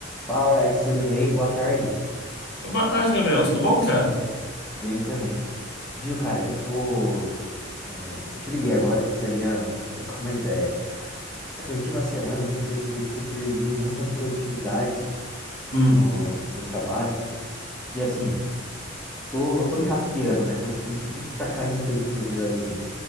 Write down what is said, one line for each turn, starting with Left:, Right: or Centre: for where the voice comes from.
Centre: Fala, Alex, tudo bem? Boa tarde.
Left: Boa tarde, Gabriel. Tudo bom, cara?
Centre: Bem também. Viu, cara, eu tô. Eu te liguei agora que eu precisaria <laughs> trocar uma ideia. Essas últimas semanas eu tenho percebido que eu perdi muita produtividade
Left: Hum.
Centre: no, no trabalho. E assim, eu tô, eu tô me rastreando, né, pra entender por que que tá caindo tanta produtividade assim.